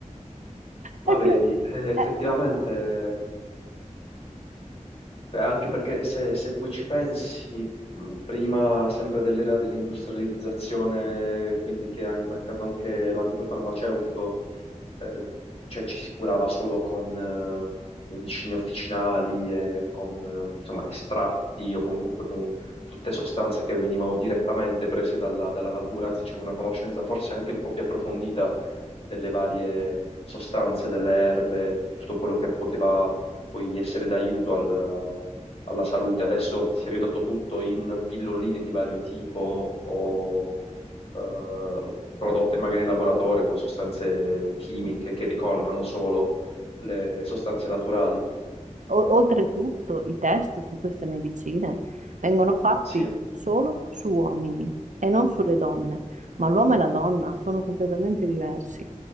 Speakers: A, on the left; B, on the right.
A: ma
B: Perché,
A: vedi, eh, effettivamente,
B: eh,
A: beh, anche perché se, se poi ci pensi, mh, prima sempre dell'era dell'industrializzazione, quindi che ha intaccato anche l'ambito farmaceutico, eh, cioè ci si curava solo con eh, medicine officinali e con eh, insomma, estratti o comunque con tutte sostanze che venivano direttamente prese dalla, dalla natura, anzi c'era una conoscenza forse anche un po' più approfondita delle varie sostanze, delle erbe, di tutto quello che poteva poi essere d'aiuto al- alla salute. Adesso si è ridotto tutto in pilloline di vario tipo o eh, prodotte magari in laboratorio con sostanze chimiche che ricordano solo le, le sostanze naturali.
B: o- oltretutto i test su queste medicine vengono fatti
A: Sì, è
B: solo su uomini e non sulle donne, ma l'uomo e la donna sono completamente diversi